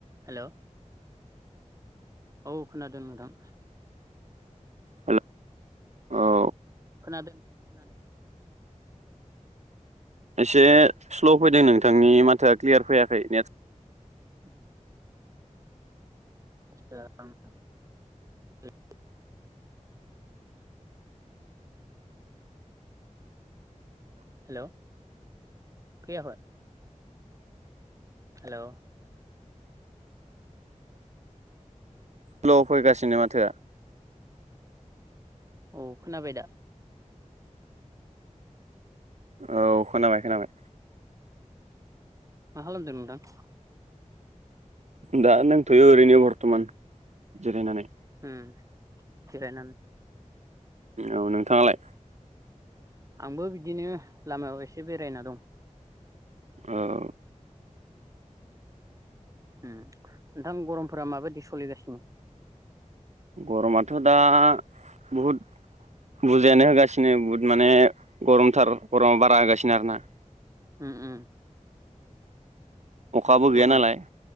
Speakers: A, on the right; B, on the right.
A: हेलौ औ खोनादों नोंथां।
B: हेल औ।
A: खोनादों खोनादों।
B: एसे स्ल' फैदों नोंथांनि माथ थोआ क्लियार फैयाखै नेट
A: उ <unintelligible> हेलौ फैयाखय? हेलौ
B: हेलौ फैगासिनो माथोआ
A: औ खोनाबाय दा?
B: औ खोनाबाय खोनाबाय
A: मा खालामदों नोंथां?
B: दा दोंथ'यो ओरैनो बरतमान जिरायनानै
A: उम जिरायनानै
B: औ नोंथाङालाय
A: आंबो बिदिनो लामायाव एसे बेरायना दं
B: औ
A: ओ नोंथां गरमफोरा माबायदि सलिगासिनो?
B: गरमाथ दा बहुद बुरजायानो होगासिनो बुहुद माने गरमथार गरमा बारा होगासिनो आरोना
A: उम उम
B: अखाबो
A: गरमा
B: गैया नालाय